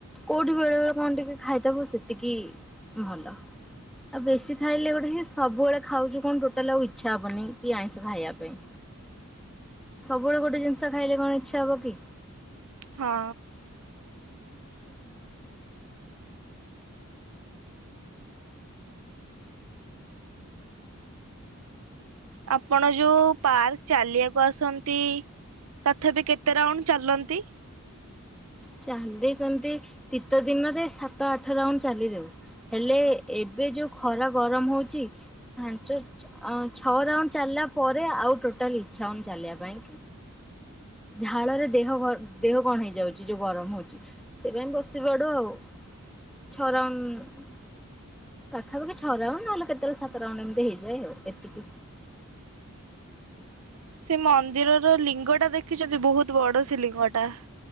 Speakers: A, in the centre; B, on the right.
A: କୋଉଠି ବେଳେ ବେଳେ କଣ ଟିକେ ଖାଇଥବ ସେତିକି ଭଲ ଆଉ ବେଶୀ ଖାଇଲେ ଗୋଟେ ହିଁ ସବୁବେଳେ ଖାଉଚୁ କଣ ଟୋଟାଲ ଆଉ ଇଚ୍ଛା ହବନି କି ଆଇଁଷ ଖାଇବା ପାଇଁ। ସବୁବେଳେ ଗୋଟେ ଜିନିଷ ଖାଇଲେ କଣ ଇଚ୍ଛା ହବ କି?
B: ହଁ। ଆପଣ ଯୋଉ ପାର୍କ ଚାଲିବାକୁ ଆସନ୍ତି ତଥାପି କେତେ ରାଉଣ୍ଡ ଚାଲନ୍ତି?
A: ଚାଲି ସେମିତି ଶୀତ ଦିନରେ ସାତ ଆଠ ରାଉଣ୍ଡ ଚାଲି ଦଉ ହେଲେ ଏବେ ଯୋଉ ଖରା ଗରମ ହୋଉଚି ପାଞ୍ଚ ଅଁ ଛଅ ରାଉଣ୍ଡ ଚାଲିଲା ପରେ ଆଉ ଟୋଟାଲ ଇଚ୍ଛା ହୋଉନି ଚାଲିବା ପାଇଁ। ଝାଳରେ ଦେହ ଗ ଦେହ କଣ ହେଇଯାଉଚି ଯୋଉ ଗରମ ହୋଉଚି। ସେଇ ପାଇଁ ବସି ପଡୁ ଆଉ ଛଅ ରାଉଣ୍ଡ ପାଖାପାଖି ଛଅ ରାଉଣ୍ଡ ନହେଲେ କେତେବେଳେ ସାତ ରାଉଣ୍ଡ ଏମିତି ହେଇଯାଏ ଆଉ ଏତିକି।
B: ସେ ମନ୍ଦିରର ଲିଙ୍ଗଟା ଦେଖିଚନ୍ତି ବୋହୁତ ବଡ଼ ସେ ଲିଙ୍ଗଟା।